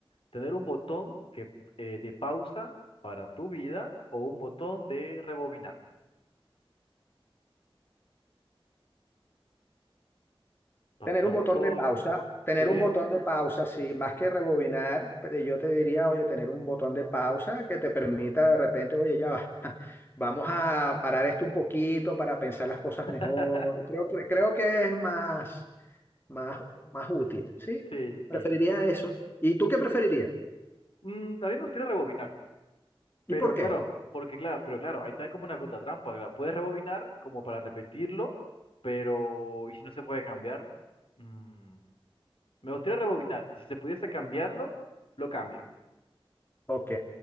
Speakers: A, on the left; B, on the left.
A: ¿Tener un botón que, eh, de pausa para tu vida o un botón de rebobinar? Pausar
B: Tener un botón
A: todo.
B: de pausa, tener
A: ¿Sí?
B: un botón de pausa, sí, más que rebobinar, pero yo te diría, oye, tener un botón de pausa que te permita de repente, oye, ya va, <laughs> vamos a parar esto un poquito para pensar las cosas
A: <laughs>
B: mejor. Creo que, creo que es más, más, más útil, ¿sí?
A: Sí,
B: Preferiría
A: sí.
B: eso. ¿Y tú
A: Yo-
B: qué preferirías?
A: mm, a mí me gustaría rebobinar, pero
B: ¿Y por
A: claro,
B: qué?
A: porque claro, pero claro, ahí también como una pregunta trampa, claro, Puedes rebobinar como para repetirlo, pero ¿y si no se puede cambiar? Mm, me gustaría rebobinar, y si se pudiese cambiarlo, lo cambio.
B: Ok,